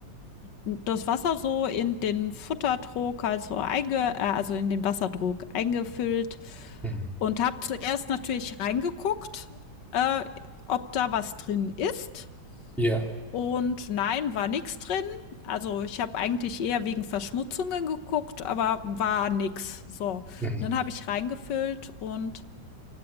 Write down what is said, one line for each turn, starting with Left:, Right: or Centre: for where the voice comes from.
Left: das Wasser so in den Futtertrog, also, einge, äh, also in den Wassertrog eingefüllt
Centre: Mhm.
Left: und habe zuerst natürlich reingeguckt, äh, ob da was drin ist
Centre: Ja.
Left: und nein, war nichts drin. Also, ich habe eigentlich eher wegen Verschmutzungen geguckt, aber war nix. So, und
Centre: Mhm.
Left: dann habe ich reingefüllt und